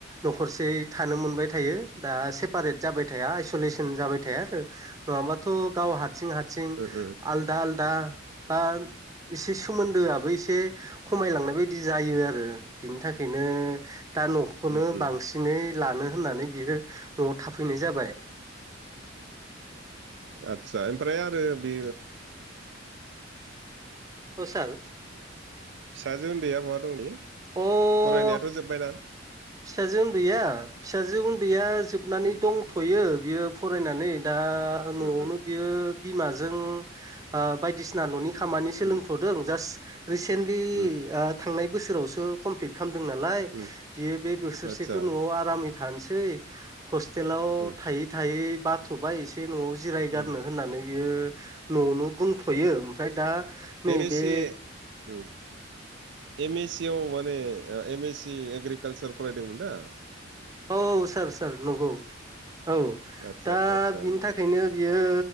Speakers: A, on the right; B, on the right.
A: न'खरसे थानो मोनबाय थायो दा सेपारेट जाबाय थाया आयसलेसन जाबाय थाया नङाबा दं ' गाव हारसिं हारसिं सिं
B: ओ ओ
A: आलदा आलदा बा एसे सोमोन्दोआबो एसे खमायलांनाय बायदि जायो आरो बिनि थाखाय बेायनो दा न'खौनो
B: उम उम
A: बांसिनै लानो होननानै बियो न'आव थाफैनाय जाबाय
B: आतसा ओमफ्राय आरो बे
A: औ सार
B: फिसाजो उन्दैया बहा दं दायो
A: अ
B: फरायनायाथ' जोब्बायना
A: फिसाजो उन्दैया फिसाजो उन्दैया जोबनानै
B: उम
A: दंथ'यो बियो फरायनानै दा न'आवनो
B: उम उम
A: बियो बिमाजों बायदिसिना न'नि खामानि सोलोंथ'दों
B: उम
A: जास्ट रिसेन्टलि
B: उम
A: थांनाय बोसोरावसो कमप्लिट खालामदों नालाय
B: उम
A: बियो बे बोसोरसेखौ
B: आतसा
A: न'आव आरामै थानोसै हसटेल हस्टेलाव
B: उम
A: थायै थायै बाथ'बाय एसे न'आव जिरायगारनो
B: उम
A: होननानै बियो न'आवनो बुंथ'यो ओमफ्राय दा नैबे
B: एम एस सि उम एम एस सि आव माने एम एस सि एग्रिकालसार फरायदोंमोन दा
A: औ सार सार नंगौ औ
B: आदसा
A: दा
B: आदसा आदसा
A: बिनि थाखायनो बे बेयो